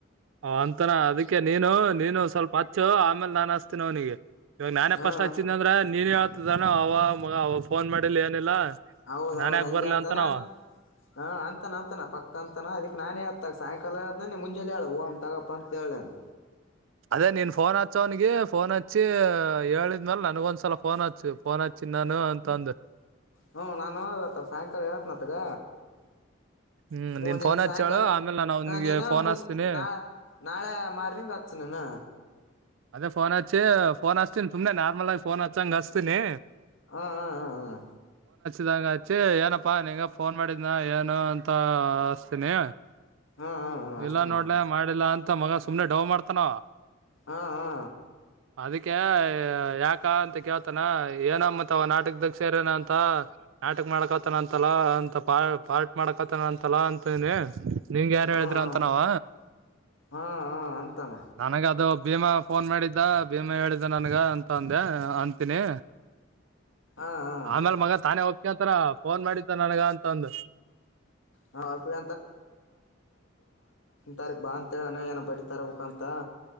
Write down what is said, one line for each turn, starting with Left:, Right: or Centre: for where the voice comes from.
Right: ಹಾ ಅಂತಾನ ಅದಕ್ಕೆ ನೀನು ನೀನು ಸ್ವಲ್ಪ ಹಚ್ಚು ಆಮೇಲ್ ನಾನ್ ಹಸ್ತೀನ ಅವನಿಗೆ ಇವಾಗ್ ನಾನೇ
Left: ಹಾ
Right: ಪಸ್ಟ್ ಹಚ್ಚಿದ್ದ ಅಂದ್ರ ನೀನ್ ಹೇಳ್ತಿದ್ದಾನ ಅವ ಮಗ ಅವ ಫೋನ್ ಮಾಡಿಲ್ಲ ಏನಿಲ್ಲಾ
Left: ಹೌದೌದ
Right: ನಾನ್ ಯಾಕ್
Left: ಹಂಗೆ
Right: ಬರ್ಲಿ
Left: ಅಂತಾನ
Right: ಅಂತನವ
Left: ಹಾ ಅಂತಾನ ಅಂತಾನ ಪಕ್ಕ ಅಂತನ ಅದಕ್ ನಾನೇ ಆ ಸಾಯ ಲ್ಲ ಮುಂಜೆ ಲ ಹೇಳು ಹೊಂಟಾಗಪ್ಪ ಅಂತ ಹೇಳುನ
Right: ಅದೇ ನೀನ್ ಫೋನ್ ಹಚ್ಚವನಿ ಫೋನ್ ಹಚ್ಚಿ ಹೇಳಿದ್ಮೇಲ ನನ್ಗ ಒಂದ್ಸಲ ಫೋನ್ ಹಚ್ಚು ಫೋನ್ ಹಚ್ಚಿ ಚನ್ನಾನು ಅಂತ ಅಂದೆ
Left: ಹ್ಞೂ ನಾನು ಹ ಸಾಯಂಕಾಲ ಹೇಳತ್ನಾಗ
Right: ಹ್ಮ್
Left: ಹ
Right: ನೀನ್
Left: ನೀನು
Right: ಫೋನ್ ಹಚ್ಚಿ
Left: ಸಾಯಂಕಾಲ್
Right: ಹೇಳು ಆಮೇಲೆ ನಾನು ಅವನಿಗೆ
Left: ನೀನು
Right: ಫೋನ್
Left: ಮು
Right: ಹಚ್ತೀನಿ
Left: ನಾ ನಾಳೆ ಮಾರ್ನಿಂಗ ಹಚ್ದೇನಾ
Right: ಅದೇ ಫೋನ್ ಹಚ್ಚಿ ಫೋನ್ ಹಚ್ತಿನಿ ಸುಮ್ನೆ ನಾರ್ಮಲ್ ಆಗಿ ಫೋನ್ ಹಚ್ಚಂಗ ಹಸ್ತನಿ
Left: ಹಾ ಹಾ ಹಾ ಹಾ
Right: ದಂಗ ಹಚ್ಚಿ ಏನಪ್ಪಾ ನಿಂಗ ಫೋನ್ ಮಾಡಿದ್ನ ಏನು ಅಂತ ಅಸ್ತೀನಿ
Left: ಹಾ ಹಾ ಹಾ ಅಷ್ಟೇ
Right: ಇಲ್ಲ
Left: ಮಾಡು
Right: ನೋಡ್ಲೆ ಮಾಡಿಲ್ಲ ಅಂತ ಮಗ ಸುಮ್ನೆ ಡವ್ ಮಾಡ್ತಾನಾವ
Left: ಹಾ ಹಾ
Right: ಅದಕ್ಕೆ ಯಾಕ ಅಂತ ಕೇಳ್ತಾನ ಏನಮ್ಮತ್ ಅವ ನಾಟಕದಾಗ ಸೇರನ ಅಂತ ನಾಟಕ ಮಾಡಕತನ ಅಂತಲ್ಲ ಅಂತ ಪಾ ಪಾರ್ಟ್ ಮಾಡಕತನ ಅಂತಲ್ಲ ಅಂತನಿ ನಿಂಗ ಯಾರ
Left: ಹಾ
Right: ಹೇಳಿದ್ರ
Left: ಹಾ
Right: ಅಂತ ನಾವ
Left: ಹಾ ಹಾ ಅಂತಾನ
Right: ನನಗ ಅದು ಭೀಮಾ ಫೋನ್ ಮಾಡಿದ್ದ ಭೀಮಾ ಹೇಳಿದ್ದ ನನ್ಗ ಅಂತ ಅಂದೆ ಅಂತೀನಿ
Left: ಹಾ ಹಾ
Right: ಆಮೇಲ್ ಮಗ ತಾನೇ ಹೋಗ್ತತ್ತಾರ ಫೋನ್ ಮಾಡತ್ತ ನನ್ಗ ಅಂತಂದು
Left: ಹ ಅಪ್ಪಿ ತಾರಕ್ ಬಾ ಅಂತ ಹೇಳಣ ಏನ ಬಟ್ ತರ್ಬೇಕಕ್ ಅಂತ